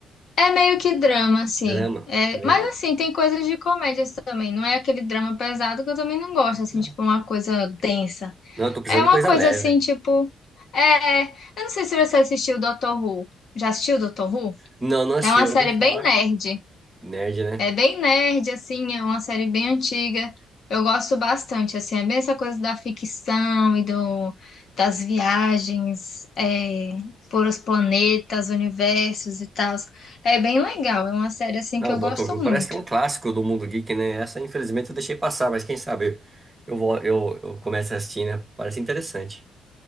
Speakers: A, on the left (about 60°); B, on the right (about 20°).
A: É meio que drama, assim.
B: Drama,
A: É,
B: legal.
A: mas assim, tem coisas de comédias também. Não é aquele drama pesado que eu também não gosto, assim,
B: legal.
A: tipo uma coisa densa.
B: Não, eu tô precisando
A: É uma
B: de coisa
A: coisa
B: leve.
A: assim, tipo. É. Eu não sei se você assistiu Doctor Who. Já assistiu Doctor Who?
B: Não, não achei,
A: É uma
B: eu
A: série
B: ouvi falar.
A: bem nerd.
B: Nerd, né?
A: É bem nerd, assim, é uma série bem antiga. Eu gosto bastante, assim, é bem essa coisa da ficção e do, das viagens é, por os planetas, universos e tal. É bem legal, é uma série, assim,
B: Não,
A: que eu
B: Doctor
A: gosto
B: Who
A: muito.
B: parece que é um clássico do mundo geek, né? Essa, infelizmente, eu deixei passar, mas quem sabe eu vou, eu, eu começo a assistir, né? Parece interessante.